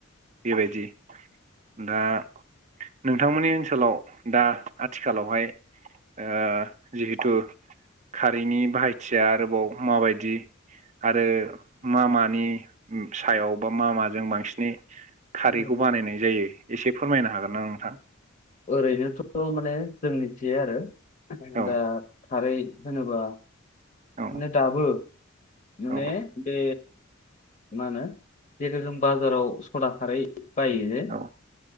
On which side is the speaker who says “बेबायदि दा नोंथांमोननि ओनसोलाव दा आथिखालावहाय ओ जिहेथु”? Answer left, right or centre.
Right